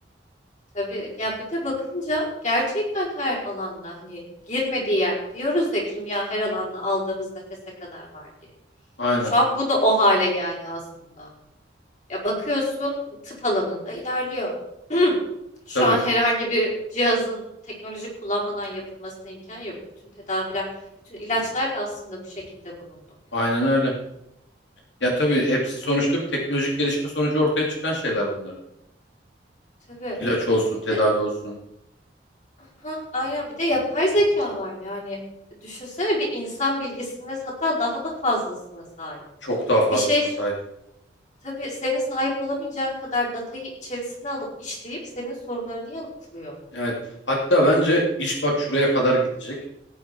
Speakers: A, on the left (about 40°); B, on the left (about 80°).
A: Tabii ya bir de bakınca gerçekten her alanda hani girmediği yer diyoruz ya kimya her alanda aldığımız nefese kadar var diye.
B: Aynen
A: Şu an bu da o hale geldi aslında. Ya bakıyorsun tıp alanında ilerliyor. <clears throat> Şu
B: tabii
A: an herhangi bir cihazın teknoloji kullanmadan yapılmasına imkan yok. Bütün tedaviler, bütün ilaçlar da aslında bu şekilde bulundu.
B: aynen öyle. Ya tabii hepsi sonuçta bir teknolojik gelişme sonucu ortaya çıkan şeyler bunların.
A: Tabii.
B: İlaç olsun,
A: Bir
B: tedavi
A: de
B: olsun
A: ha aynen bir de yapay zeka var. Yani düşünsene bir insan bilgisine hatta daha da fazlasına sahip.
B: çok daha fazlasına
A: Bir şey
B: sahip.
A: tabii senin sahip olamayacağın kadar datayı içerisine alıp işleyip senin sorularını yanıtlıyor.
B: Evet hatta bence iş bak şuraya kadar gidecek.